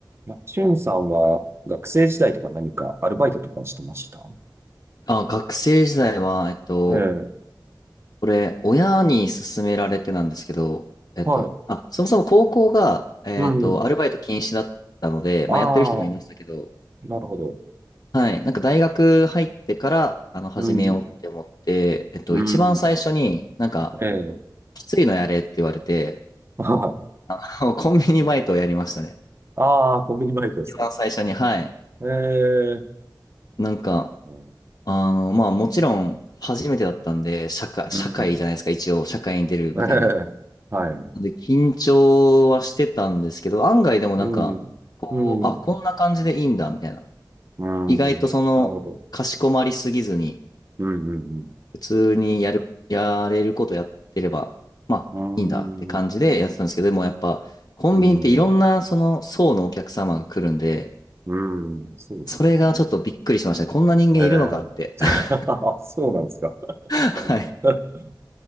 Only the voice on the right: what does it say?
なしゅんさんは学生時代とか何かアルバイトとかしてました
ええ、
はい。
うん。
ああ、
なるほど。
うん。
うん。
ええ、
はい。
ああ、コンビニバイトですか。
ええ、
うん。
うん。
ええ、はい。
うん。
うん。
うん。
なるほど。
うん。うん。
うん。
うん。うん。うんそうですよ
ね。ええ。<laughs>
そうなんですか。<laughs>